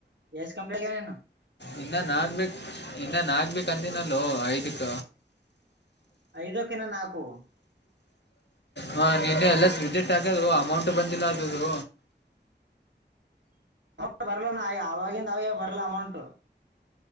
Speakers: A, on the right; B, on the left.
A: ಗಸ್ ಕಂಪ್ನಿಗನೇನು
B: ಇನ್ನ ನಾಗಬೇಕಕ್ ಇನ್ನ ನಾಗಬೇಕಕ್ ಅಂದಿನಲ್ಲೋ ಐದಕ್ಕ
A: ಐದಕ್ಕನ್ನ ನಾಲ್ಕು
B: ಹಾ ನಿನ್ನೆ ಎಲ್ಲ ವಿಸಿಟ್ ಹಾಕ್ಯದು ಅಮೌಂಟ್ ಬಂದಿಲ್ಲ ಅದದು
A: ಅಮೌಂಟ್ ಬರಲ ನ ಅವವಾಗಿಂದ ಅವೇ ಬರಲ್ಲ ಅಮೌಂಟ್